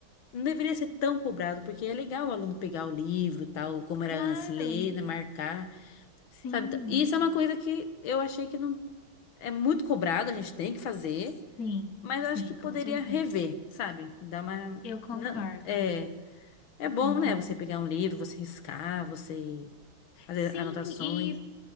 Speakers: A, on the left; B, on the left.
A: Não deveria ser tão cobrado, porque é legal o aluno pegar o livro, tal, como
B: claro.
A: era antes, ler, né, marcar,
B: Sim,
A: sabe? Então, Isso é uma coisa que eu achei que não é muito cobrado, a gente tem que fazer,
B: sim,
A: mas
B: sim,
A: eu acho que poderia
B: com certeza.
A: rever, sabe? Dar uma
B: Eu concordo,
A: não, é é
B: eu
A: bom,
B: concordo.
A: né, você pegar um livro, você riscar, você fazer
B: Sim,
A: anotações.
B: e